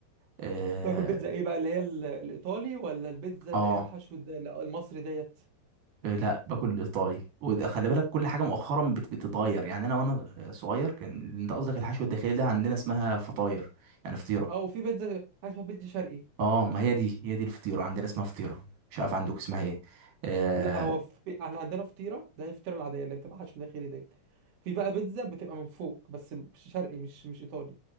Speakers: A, on the right (about 75°); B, on the right (about 55°).
A: اه,
B: تاكل بيتزا ايه بقى اللي هي ال- الايطالي ولا البيتزا اللي
A: آه
B: هي الحشو ده لا، المصري ديت
A: لا باكل الايطالي وده خلي بالك كل حاجه مؤخرا بت- بتتغير يعني انا وانا صغير كان انت قصدك الحشو الداخلي ده عندنا اسمها فطاير يعني فطيره
B: اه وفي بيتزا حاجه اسمها بيتزا شرقي
A: اه ما هي دي هي دي الفطيره عندنا اسمها فطيره مش عارف عندك اسمها ايه اه,
B: لا هو في... احنا عندنا فطيره ده هي الفطيره العاديه اللي بتبقى حشو داخلي ديت في بقى بيتزا بتبقى من فوق بس مش شرقي مش مش ايطالي